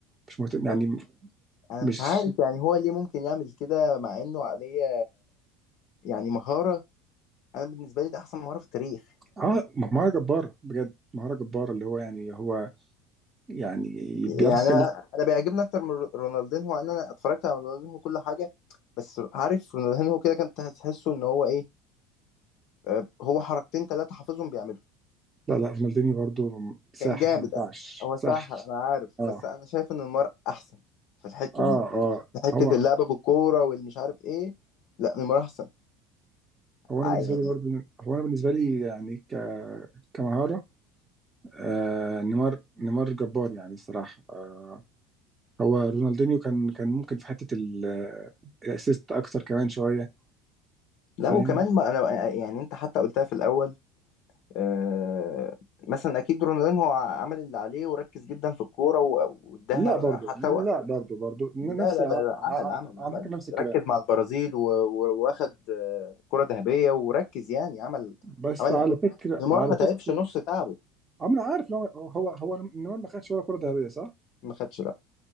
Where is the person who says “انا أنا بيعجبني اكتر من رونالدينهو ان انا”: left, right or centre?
Left